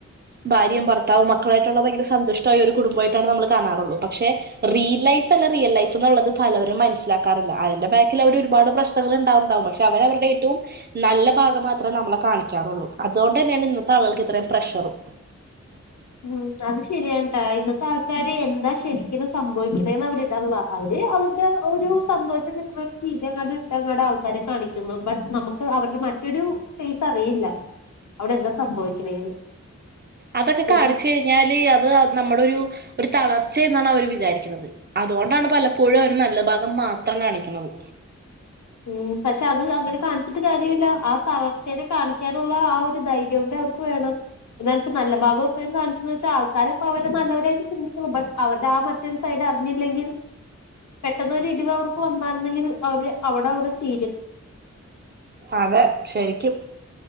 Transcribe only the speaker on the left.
ഉം അത് ശ ശരിയാണ്ട്ടാ ഇന്നത്തെ ആൾക്കാര് എന്താ ശരിക്കിനു സംഭവിക്കുന്നേന്ന് അവര് ഇടൺല്ല അവര് <unintelligible> ഒരു സന്തോഷം കിട് <unintelligible> ആൾക്കാരെ കാണിക്കുന്നു ബട്ട് നമുക്ക് അവരുടെ മറ്റൊരു ഫേസ് അറിയില്ല അവിടെ എന്താ സംഭവിക്കണേന്ന്
പിന്നെ
ഉം പക്ഷെ അത് അങ്ങനെ കാണിച്ചിട്ട് കാര്യമില്ല ആ തളർച്ചേനെ കാണിക്കാനുള്ള ആ ഒരു ധൈര്യം കൂടി അവർക്ക് വേണം എന്നാന്ന് വെച്ചാൽ നല്ല ഭാഗം എപ്പോഴും കാണിച്ചന്ന് വച്ചാൽ ആൾക്കാരെ അപ്പ അവരെ നല്ലവരായിട്ട് ചിന്തിക്കുള്ളു ബട് അവരുടെ ആ മറ്റൊരു സൈഡ് അറിഞ്ഞില്ലെങ്കിൽ പെട്ടെന്നൊരു ഇടിവ് അവർക്ക് വന്നാരുന്നെങ്കിൽ അവര് അവിടെ അവിടെ തീരും